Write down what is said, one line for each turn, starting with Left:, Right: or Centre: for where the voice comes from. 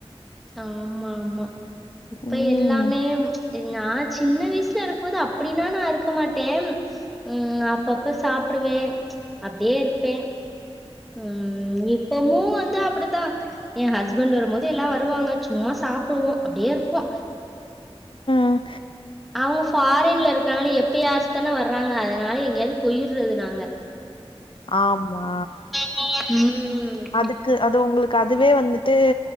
Centre: ஆமா ஆமா இப்ப
Left: ம்
Centre: எல்லாமே நா சின்ன வயசுலருக்கும் போது அப்படின்னா நா இருக்க மாட்டே ம் அப்பப்ப சாப்பிடுவே அப்டியே இருப்பே ம் இப்பமும் வந்து அப்படிதா எ ஹஸ்பண்ட் வரும்போது எல்லா வருவாங்க சும்மா சாப்பிடுவோ அப்டியே இருப்போ
Left: அ
Centre: அவுங்க ஃபாரின்ல இருக்கனால எப்பயாச்சு தானே வர்றாங்க அதனால எங்கேயாவது பொயிட்றது நாங்க
Left: ஆமா
Centre: ம்
Left: அதுக்கு அது உங்களுக்கு அதுவே வந்துட்டு